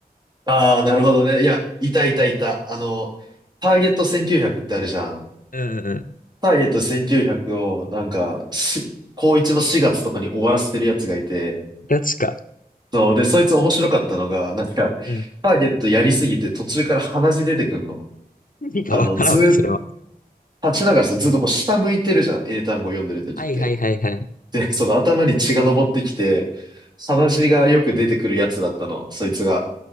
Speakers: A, on the right (about 25°); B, on the left (about 55°).
A: ああ、なるほどね。いや、いたいたいた。あの、ターゲット1900ってあるじゃん。
B: うんうんうん。
A: ターゲット1900を、なんか、し、高1の4月とかに終わらせてるやつがいて、
B: ガチか。
A: そう。で、そいつ面白かったのが、なんか、
B: うん。<laughs>
A: ターゲットやりすぎて途中から鼻血出てくんの。
B: 何かわからんわ、
A: あの、ずーっと、
B: それは。
A: 立ちながらさ、ずっとこう下向いてるじゃん。英単語読んでる時って。
B: はいはいはいはい。
A: で、その頭に血が上ってきて、鼻血がよく出てくるやつだったの、そいつが。